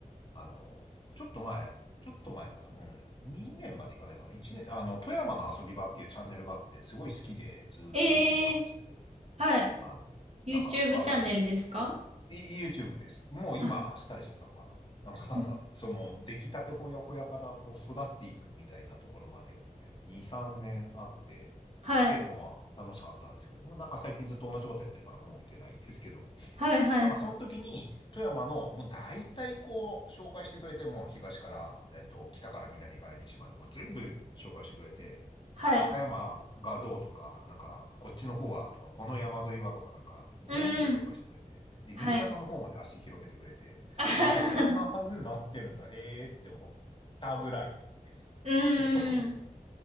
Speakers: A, on the left (about 35°); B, on the right (about 50°).
A: あの、ちょっと前、ちょっと前かな。うん。2年までいかないかな。1年、あの、富山の遊び場っていうチャンネルがあって、すごい好きでずっと見てたんですけど、
B: ええはい。
A: あの、
B: YouTube
A: なんか若い
B: チャンネルですか
A: い YouTube です。もう今、
B: あ、
A: 廃れちゃったのかななんか、
B: うん
A: <laughs> その、出来たてほやほやから、こう、育っていくみたいなところまで、2、3年あって、
B: はい。
A: 結構まあ、楽しかったんですけど、まあなんか最近ずっと同じことやってるから、もう見てないんですけど、
B: はい、はい。
A: なんかその時に、富山の、もう大体こう、紹介してくれて、もう東から、えっと、北から南から西まで、もう全部紹介してくれて、
B: はい。
A: 高山がどうとか、なんか、こっちの方はとか、この山沿いはとか、なんか、全部紹介してくれて、
B: うん。
A: で、
B: はい。
A: 新潟の方まで足広げてくれて、
B: <laughs> あはは
A: ああ、こんな風になってるんだ、へーって思ったぐらいです。
B: うーん。
A: <laughs>
B: い